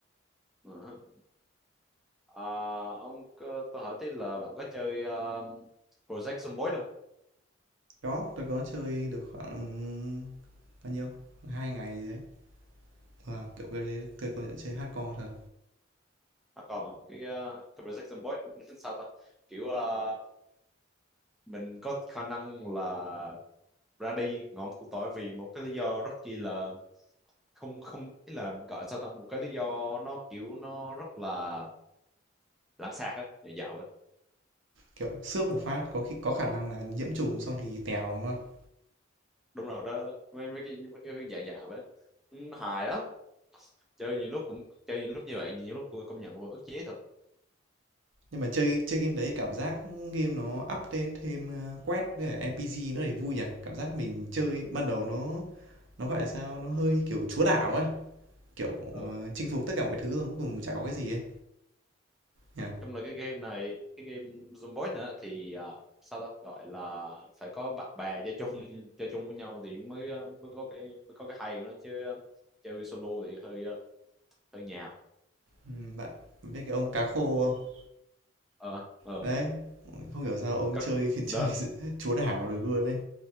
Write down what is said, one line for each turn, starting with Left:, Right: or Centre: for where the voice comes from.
Centre: ừ. Ờ, ông có- tôi hỏi tí là bạn có chơi ờ, Project Zomboid không?
Right: Đó, tôi có chơi được khoảng bao nhiêu? Hai ngày gì đấy. và kiểu game đấy tôi công nhận chơi hardcore thật.
Centre: À còn mà cái ờ, cái Project Zomboid <laughs> sao ta? Kiểu ờ, mình có khả năng là ra đi ngõm cụt tối vì một cái lý do rất chi là không không ý là gọi sao ta? Một cái lý do nó kiểu nó rất là lãng xẹt á, dạ dạ vậy.
Right: Kiểu xước một phát có khi có khả năng là nhiễm trùng xong thì tèo đúng không?
Centre: Đúng rồi đó đó, đó. Mấy mấy cái mấy cái dạng dạ vậy. Ừ, Hài lắm. Chơi nhiều lúc cũng chơi nhiều lúc như vậy, nhiều lúc tôi công nhận cũng ức chế thật.
Right: Nhưng mà chơi chơi game đấy cảm giác game nó update thêm, a, quest với cả NPC nó để vui nhỉ? Cảm giác mình chơi ban đầu nó nó, gọi là sao, nó hơi, kiểu, chúa đảo ấy, kiểu,
Centre: Ờ.
Right: ờ, chinh phục tất cả mọi thứ xong cuối cùng chả có cái gì ấy, nhỉ?
Centre: chung là cái game này cái game Zomboid nữa thì à, sao ta gọi là phải có bạn bè chơi chung <laughs> chơi chung với nhau thì mới ờ, mới có cái mới có cái hay của nó chứ ờ, chơi solo thì hơi ờ, hơi nhàm
Right: Ừm, bạn biết cái ông cá khô không?
Centre: ờ ờ
Right: Đấy, không hiểu sao ông
Centre: <laughs> có-
Right: chơi <laughs> chơi
Centre: đó
Right: chúa đảo được luôn đấy